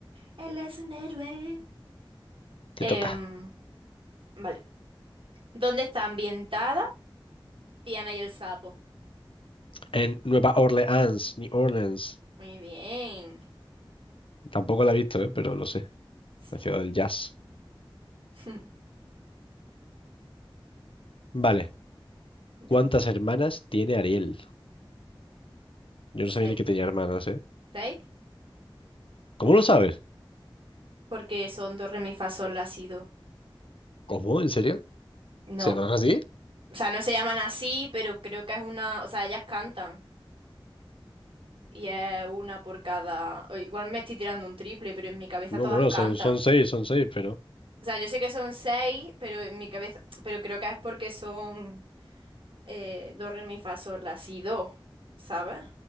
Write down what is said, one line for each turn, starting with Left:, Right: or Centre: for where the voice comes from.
Right: Él es un héroe.
Left: te
Right: Em,
Left: toca.
Right: vale. ¿Dónde está ambientada Tiana y el sapo?
Left: En Nueva Orleans, New Orleans.
Right: Muy bien.
Left: Tampoco la he visto, ¿eh? pero lo sé.
Right: Sí.
Left: La ciudad del jazz.
Right: <laughs>
Left: Vale.
Right: Venga.
Left: ¿Cuántas hermanas tiene Ariel? Yo
Right: Seis.
Left: no sabía ni que tenía hermanas, ¿eh?
Right: ¿Seis?
Left: ¿Cómo lo sabes?
Right: Porque son dos re, mi, fa, sol, la, si, do.
Left: ¿Cómo? ¿En serio?
Right: No,
Left: ¿Se llaman así?
Right: o sea, no se llaman así, pero creo que es una, o sea, ellas cantan y es una por cada, o igual me estoy tirando un triple, pero en mi cabeza
Left: No,
Right: todas
Left: bueno,
Right: cantan.
Left: son, son seis, son seis, pero.
Right: O sea, yo sé que son seis, pero en mi cabeza, pero creo que es porque son eh, do, re, mi, fa, sol, la, si, do, ¿sabes?